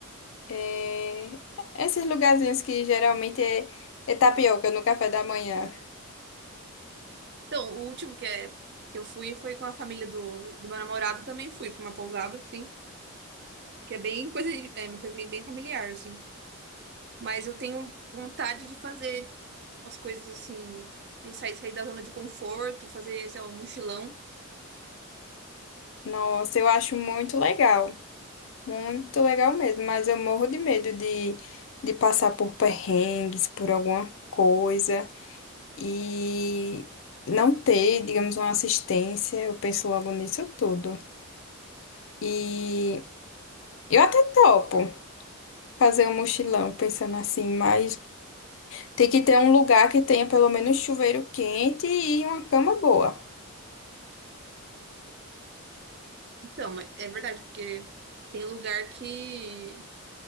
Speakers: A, on the left (about 55°); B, on the right (about 45°).
A: É, esses lugarzinhos que geralmente é, é tapioca no café da manhã.
B: Então, o último que, é, que eu fui foi com a família do, do meu namorado, também fui pra uma pousada, assim, que é bem coisa, de- é uma coisa meio bem familiar, assim. Mas eu tenho vontade de fazer umas coisas assim, meio sair, sair da zona de conforto, fazer, sei lá, um mochilão.
A: Nossa, eu acho muito legal. Muito legal mesmo, mas eu morro de medo de, de passar por perrengues, por alguma coisa e não ter, digamos, uma assistência. Eu penso logo nisso tudo. E eu até topo fazer um mochilão, pensando assim, mas tem que ter um lugar que tenha pelo menos chuveiro quente e uma cama boa.
B: Então, mas é verdade, porque tem lugar que.